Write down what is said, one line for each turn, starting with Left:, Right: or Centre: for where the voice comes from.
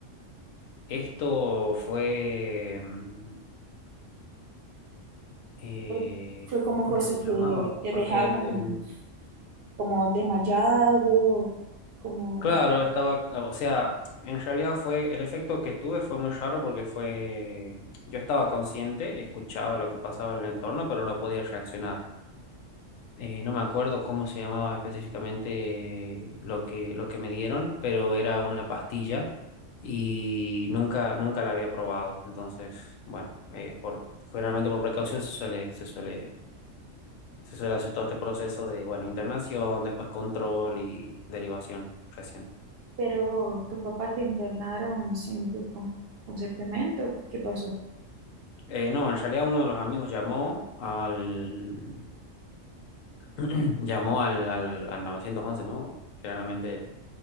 Left: Esto fue, mm, eh,
Right: ¿Fue, fue como
Left: ¿cómo
Right: cosas
Left: se llamaba?
Right: que te
Left: Porque
Right: dejaban
Left: el, el,
Right: como desmayado? Como...
Left: Claro, estaba, o sea, en realidad fue, el efecto que tuve fue muy raro porque fue, yo estaba consciente, escuchaba lo que pasaba en el entorno, pero no podía reaccionar. Eh, no me acuerdo cómo se llamaba específicamente lo que, lo que me dieron, pero era una pastilla y nunca, nunca la había probado. Entonces, bueno, eh, por, generalmente por precaución se suele, se suele, se suele hacer todo este proceso de, bueno, internación, después control y derivación recién.
Right: Pero tus papás te internaron sin tu con- consentimiento. ¿Qué pasó?
Left: Eh, no, en realidad uno de los amigos llamó al <clears throat> llamó al, al, al 911, ¿no? Generalmente